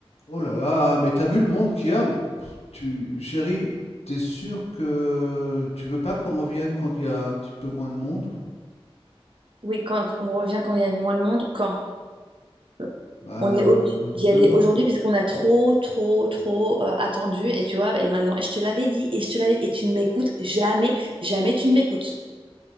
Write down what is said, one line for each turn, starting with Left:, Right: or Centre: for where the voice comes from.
Left: Oh là là, mais t'as vu le monde qu'il y a? Mais, pff, Tu, chérie, t'es sûr que tu veux pas qu'on revienne quand il y a un petit peu moins de monde?
Right: Oui, quand on revient quand il y a moins de monde, quand euh,
Left: Bah,
Right: on est obligé
Left: de-
Right: d'y
Left: demain.
Right: aller aujourd'hui parce qu'on a trop, trop, trop euh, attendu et tu vois, et maintenant, et je te l'avais dit, et je te l'avais dit, et tu ne m'écoutes jamais, jamais tu ne m'écoutes.